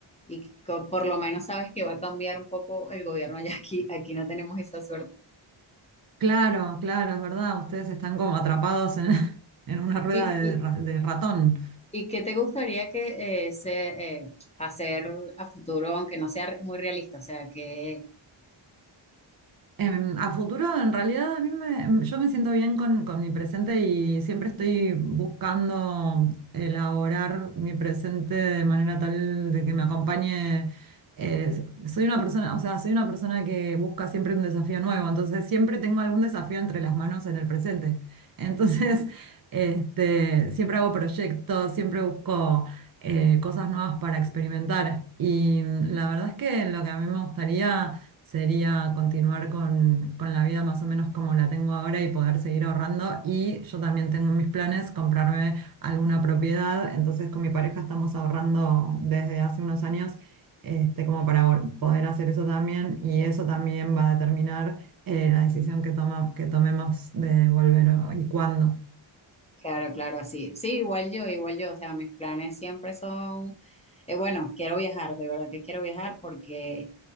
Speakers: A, on the left; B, on the right.
A: y que co- por lo menos sabes que va a cambiar un poco el gobierno ya aquí, aquí no tenemos esa suerte.
B: Claro, claro, es verdad, ustedes están como atrapados en, <laughs> en una rueda
A: ¿Y,
B: de,
A: y,
B: ra- de ratón.
A: y qué te gustaría que eh, se, eh, hacer a futuro, aunque no sea re- muy realista? O sea, que,
B: Em, a futuro, en realidad, a mí me, em, yo me siento bien con, con mi presente y siempre estoy buscando elaborar mi presente de manera tal de que me acompañe. eh, soy una persona, o sea, soy una persona que busca siempre un desafío nuevo, entonces siempre tengo algún desafío entre las manos en el presente. Entonces, <laughs> este, siempre hago proyectos, siempre busco eh, cosas nuevas para experimentar y mm, la verdad es que lo que a mí me gustaría sería continuar con, con la vida más o menos como la tengo ahora y poder seguir ahorrando. Y yo también tengo en mis planes comprarme alguna propiedad. Entonces con mi pareja estamos ahorrando desde hace unos años este, como para vol- poder hacer eso también. Y eso también va a determinar eh, la decisión que toma, que tomemos de volver o- y cuándo.
A: claro, claro, así. Sí, igual yo, igual yo. O sea, mis planes siempre son, eh, bueno, quiero viajar, de verdad que quiero viajar porque